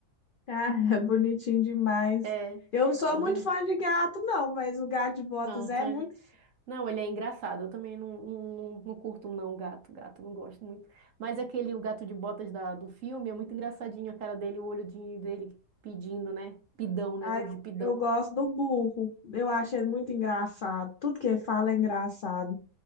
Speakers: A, on the left; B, on the right.
A: Ah, <laughs> é bonitinho demais.
B: É,
A: Eu não sou
B: é
A: muito
B: bonito.
A: fã de gato, não, mas o gato de botas
B: Não,
A: é
B: tô...
A: muito
B: indo- não, ele é engraçado. Eu também não, não, não, não curto, não, gato. Gato, não gosto muito. Mas aquele, o gato de botas da, do filme, é muito engraçadinho a cara dele, o olhodinho dele pedindo, né? Pidão, né?
A: Ah,
B: Olho
A: eu,
B: de pidão.
A: eu gosto do burro. Eu acho ele muito engraçado. Tudo que ele fala é engraçado.